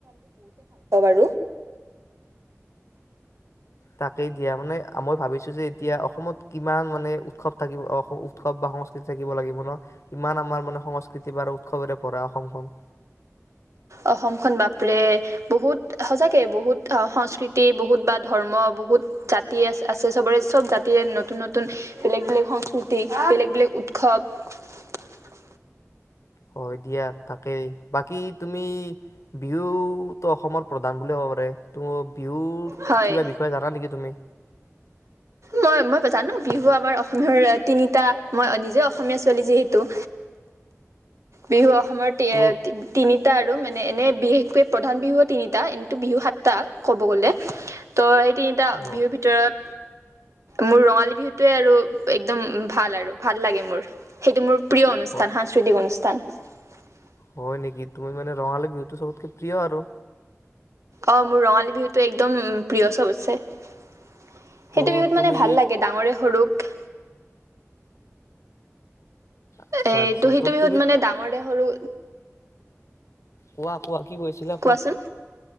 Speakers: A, on the right (about 65°); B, on the left (about 65°).
A: ম
B: তাকেই দিয়া মানে মই ভাবিছো যে এতিয়া অসমত কিমান মানে উৎসৱ থাকিব উৎসৱ বা সংস্কৃতি থাকিব লাগিব ন কিমান আমাৰ মানে সংস্কৃতি বা উৎসৱেৰে ভৰা অসমখন
A: অসমখন বাপৰে বহুত সচাকে বহুত সংস্কৃতি বহুত বা ধৰ্ম বহুত জাতি আছে চবৰে চব জাতিৰে নতুন নতুন বেলেগ বেলেগ সংস্কৃতি বেলেগ বেলেগ উৎসৱ
B: হয় দিয়া তাকেই বাকী তুমি বিহুতো অসমৰ প্ৰধান বুলিয়ে ক'ব পাৰে তো বিহুৰ
A: হয়
B: কিবা বিষয়ে জানা নেকি তুমি
A: মই মই জানো বিহু আমাৰ অসমীয়াৰ তিনিটা মই নিজে অসমীয়া ছোৱালী যিহেতু বিহু অসমৰ
B: তো
A: তিনিটা আৰু মানে এনেই বিশেষকৈ প্ৰধান বিহু তিনিটা এনেইটো বিহু সাতটা ক'ব গ'লে তো সেই তিনিটা
B: অ
A: বিহুৰ ভিতৰত মোৰ ৰঙালী বিহুটোৱে আৰু একদম ভাল আৰু ভাল লাগে মোৰ সেইটো মোৰ প্ৰিয় অনুষ্ঠান
B: হয়
A: সাংস্কৃতিক অনুষ্ঠান অনুষ্ঠান
B: হয় নেকি তুমি মানে ৰঙালী বিহুতটো চবতকে প্ৰিয় আৰু
A: অ মোৰ ৰঙালী বিহুতটো একদম প্ৰিয় চবতছে
B: তো
A: সেইটো বিহুত
B: তুমি
A: মানে ভাল লাগে ডাঙৰে সৰুক
B: আচ্ছা
A: এটো
B: আচ্ছা
A: সেইটো
B: তো
A: বিহুত
B: তুমি
A: মানে ডাঙৰ দে সৰু
B: কোৱা কোৱা কি কৈছিলা
A: কোৱাচোন।
B: কোৱা